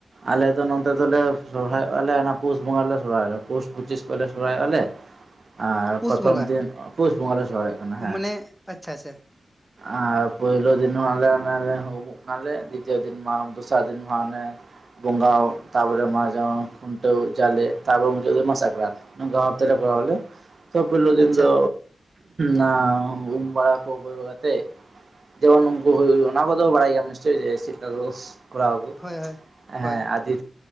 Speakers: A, on the right; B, in the centre.
A: ᱟᱞᱮᱫᱚ ᱱᱚᱛᱮ ᱫᱚᱞᱮ ᱥᱚᱨᱦᱟᱭᱚᱜᱼᱟᱞᱮ ᱯᱩᱥ ᱵᱚᱸᱜᱟ ᱨᱮᱞᱮ ᱥᱚᱨᱦᱟᱭᱚᱜ ᱯᱩᱥ ᱯᱩᱪᱤᱥ ᱠᱚᱞᱮ ᱥᱚᱨᱦᱟᱭᱚᱜᱼᱟᱞᱮ ᱟᱨ
B: ᱯᱩᱥ
A: ᱯᱨᱚᱛᱷᱚᱢ
B: ᱵᱚᱸᱜᱟ
A: ᱫᱤᱱ ᱯᱩᱥ ᱵᱚᱸᱜᱟᱞᱮ ᱥᱚᱦᱚᱨᱟᱭᱚᱜ ᱠᱟᱱᱟ ᱦᱮᱸ
B: ᱢᱟᱱᱮ ᱟᱪᱪᱷᱟ ᱟᱪᱪᱷᱟ
A: ᱟᱨ ᱯᱚᱭᱞᱩ ᱫᱤᱱ ᱦᱚᱸ ᱟᱞᱮ ᱟᱞᱮ ᱵᱤᱪᱟᱨ ᱫᱤᱱ ᱢᱟ ᱫᱚᱥᱟᱨ ᱫᱤᱱ ᱢᱟᱱᱮ ᱵᱚᱸᱜᱟ ᱛᱟᱯᱚᱨᱮ ᱢᱟ ᱡᱮᱱᱚ ᱠᱷᱩᱱᱴᱟᱹᱣ ᱡᱟᱞᱮ ᱛᱟᱯᱚᱨᱮ ᱢᱩᱪᱟᱹᱫ ᱥᱟᱠᱨᱟᱛ ᱱᱚᱝᱠᱟ <unintelligible> ᱯᱩᱭᱞᱳ ᱫᱤᱱ
B: ᱟᱪᱪᱷᱟ
A: ᱫᱚ ᱣᱟ ᱩᱢ ᱵᱟᱲᱟ ᱠᱚ ᱛᱮ ᱡᱮᱢᱚᱱ ᱩᱱᱠᱩ ᱦᱳᱭ ᱦᱳᱭ ᱚᱱᱟ ᱠᱚᱫᱚ ᱵᱟᱲᱟᱭ ᱜᱮᱭᱟᱢ ᱱᱤᱥᱪᱚᱭ ᱪᱮᱫ <unintelligible> ᱠᱚ ᱠᱚᱨᱟᱣ ᱟᱠᱚ
B: ᱦᱳᱭ ᱦᱳᱭ
A: ᱦᱮᱸ
B: ᱦᱳᱭ
A: ᱟᱫᱤ